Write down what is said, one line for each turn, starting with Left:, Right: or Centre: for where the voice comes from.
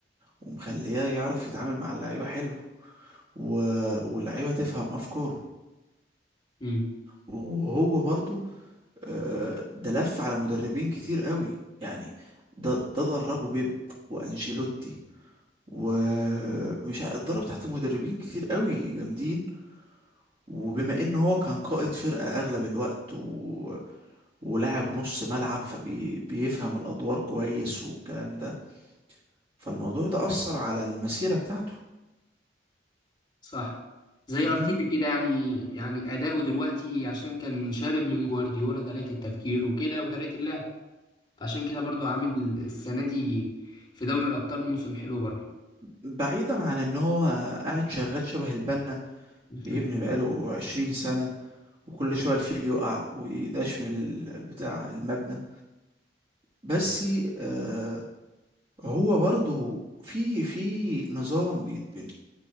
Right: ومخليه يعرف يتعامل مع اللعيبة حلو و... واللعيبة تفهم أفكاره
Left: امم
Right: وهو برضو آه، ده لف على مدربين كتير قوي يعني ده ده دربه بيب وأنشيلوتي ومش ع- اتدرب تحت مدربين كتير قوي جامدين وبما ان هو كان قائد فرقة اغلب الوقت و... ولاعب نص ملعب فبيفهم الادوار كويس والكلام ده فالموضوع ده اثر على المسيرة بتاعته
Left: صح زي
Right: مم.
Left: ارتيتا كده يعني يعني اداؤه دلوقتي عشان كان شارب من جوارديولا طريقه التفكير وكده وطريقه اللعب فعشان كده برضو عامل السنة دي في دوري الأبطال موسم حلو برضو
Right: بعيدا عن ان هو قاعد شغال شبه البنا
Left: <laughs>
Right: بيبني بقاله عشرين سنة وكل شوية الفيل يقع ويداش من ال- البتاع المبنى بس آه هو برضو في في نظام بيتبني